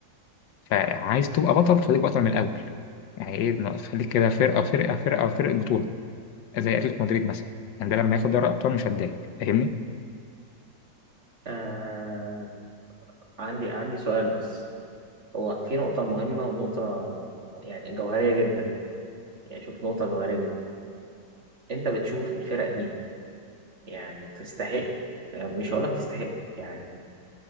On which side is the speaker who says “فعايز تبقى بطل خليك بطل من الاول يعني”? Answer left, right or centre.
Left